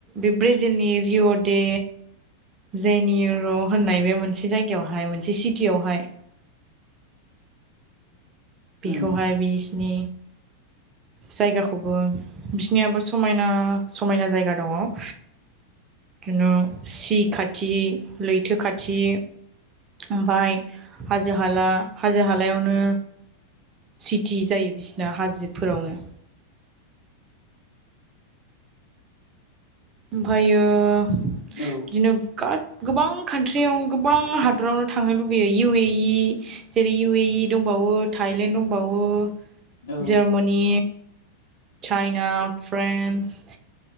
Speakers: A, on the right; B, on the left.
A: बे ब्राजिलनि रिय' दे जेनिर' होननाय बे मोनसे जायगायावहाय मोनसे सिटियावहाय बेखौहाय
B: उम
A: बिसिनि जायगाखौबो बिसनियाबो समायना समायना जायगा दङ बिननो सि खाथि लैथो खाथि ओमफाय हाजो हाला हाजो हालायावनो सिटि जायो बिसिना हाजोफोरावनो ओमफ्रायो बिदिनो
B: औ
A: गोबां कान्ट्रियावनो गोबां हादरावनो थांनो लुुबैयो इउ ए इ जेरै इउ ए इ दंबावो थाइलेण्ड दंबावो
B: औ
A: जार्मानि चाइना फ्रान्स